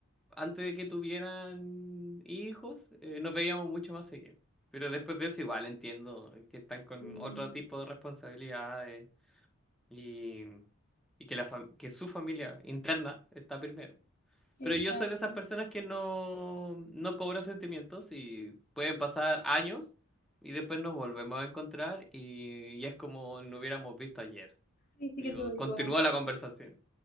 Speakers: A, in the centre; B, on the left.
A: antes de que tuvieran hijos, eh, nos veíamos mucho más seguido. Pero después de eso igual entiendo que están
B: Sí,
A: con otro tipo de responsabilidades y, y que, la fam- que su familia interna está primero.
B: exacto.
A: Pero yo soy de esas personas que no, no cobro sentimientos y pueden pasar años y después nos volvemos a encontrar y, y es como no hubiéramos visto ayer.
B: Sí, sí
A: Yo
B: que todo igual.
A: continúo la conversación.